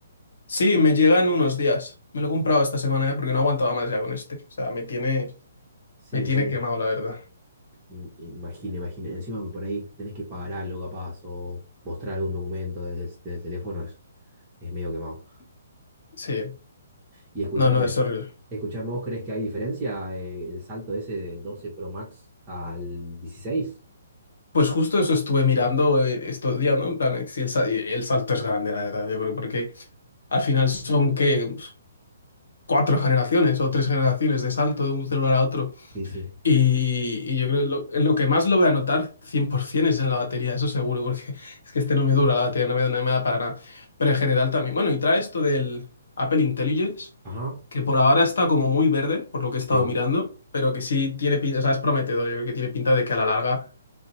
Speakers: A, on the left; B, on the right.
A: Sí, me llega en unos días. Me lo he comprado esta semana ya porque no aguantaba más ya con este. O sea, me tiene,
B: Sí,
A: me tiene
B: sí.
A: quemado, la verdad.
B: im- Imagine, imagine. Encima que por ahí tenés que pagar algo capaz o mostrar algún documento desde el teléfono es, es medio quemado.
A: Sí,
B: Y escúchame,
A: no, no, es horrible.
B: escúchame, ¿vos crees que hay diferencia eh, el salto ese del 12 Pro Max al dieciséis
A: Pues justo eso estuve mirando eh, estos días, ¿no? En plan, eh, si el, sa- eh, el salto es grande, la verdad, yo creo, porque al final son, ¿qué? Pues, Cuatro generaciones o tres generaciones de salto de un celular a otro.
B: Sí, sí.
A: Y, y yo creo que lo, en lo que más lo voy a notar 100% es en la batería, eso seguro, porque <laughs> es que este no me dura la batería, no me, no me da para nada. Pero en general también. Bueno, y trae esto del Apple Intelligence,
B: Ajá,
A: que por ahora está como muy verde, por lo que he
B: sí.
A: estado mirando, pero que sí tiene pinta, o sea, es prometedor, yo creo que tiene pinta de que a la larga